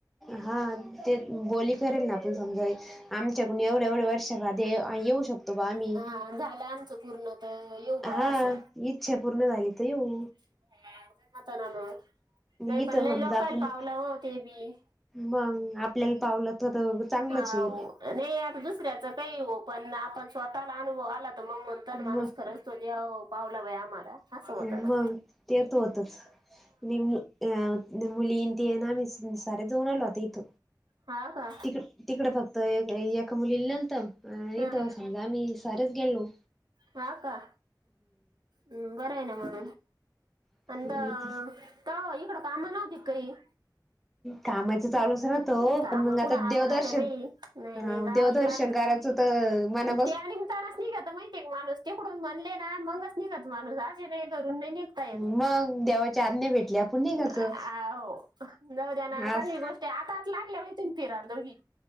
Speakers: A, in the centre; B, on the right.
A: हा ते बोली करेल ना आपण समजा आमच्याकडून एवढे एवढ्या वर्ष <unintelligible> येऊ शकतो बा आम्ही
B: हा झालं आमचं पूर्ण तर येऊ बा
A: हा
B: असं
A: इच्छा पूर्ण झाली त येऊ.
B: ह ना मग नाही
A: इथ
B: पण
A: समजा
B: लई लोकला
A: आपण
B: पावला व ते बी
A: मग आपल्याला पावलं तर चांगलंच
B: हाव
A: आहे
B: नाही आता दुसऱ्याच काही पण आपण स्वतःला अनुभव आला तर मग म्हणता ना माणूस
A: मग
B: खरंच तो देव पावला बाई आम्हा आसं होतना.
A: मग ते तो होतच नि अ मुली ते न आम्ही सार्या जाऊन आलो आता इथ.
B: हा का
A: तिक तिकडे फक्त एका मुलीला नेलत. अ
B: हं,
A: इथं समजा आम्ही सारेच गेलो.
B: हा का बरं आहे ना मग
A: हम्म
B: अंन द त इकडं कामा नवती काही
A: कामाच चालुच राहत ओ.
B: कामं
A: पण, मग
B: कुठं
A: आता
B: आवरा
A: देवदर्शन
B: त्या बाई नाही
A: हां.
B: नाही जावंच
A: देवदर्शन
B: लागत
A: करायच मना
B: त्या निमतानच निघतं माहिती माणूस तिकडून म्हणले ना मगच निघत माणस. अस नाय धरून नाय निघता येत.
A: मग देवाची आज्ञा भेटली आपण निघायचं.
B: अ आ होव नवर्‍याना चांगली
A: अस
B: गोष्ट आहे आता आत लागल्या बाई तूम्ही फिराल दोघी.